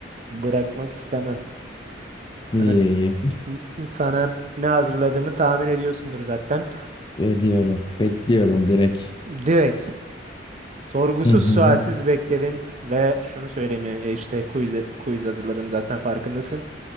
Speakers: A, on the right; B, on the left.
A: bırakmak istemem. Sana
B: İyi iyi.
A: sana ne hazırladığımı tahmin ediyorsundur zaten.
B: <laughs> Ediyorum. Bekliyorum direkt.
A: Direkt sorgusuz
B: Hı hı
A: sualsiz
B: hı.
A: bekledin ve şunu söyleyeyim e, işte quiz, quiz hazırladım zaten farkındasın.